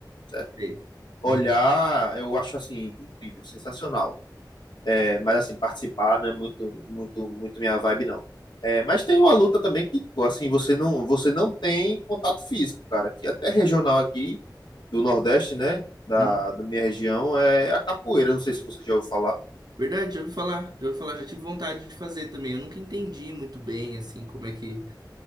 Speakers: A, on the left (about 75°); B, on the right (about 65°).
A: certo?
B: Sei.
A: Olhar,
B: Uhum,
A: eu acho assim incrível, sensacional. É, mas assim, participar não é muito, muito, muito minha vibe, não. É, mas tem uma luta também que, tipo, assim, você não, você não tem contato físico, cara. Que até regional aqui do Nordeste, né? Da,
B: uhum.
A: da minha região é a capoeira. Não sei se você já ouviu falar.
B: Verdade, já ouvi falar, já ouvi falar, já tive vontade de fazer também. Eu nunca entendi muito bem, assim, como é que,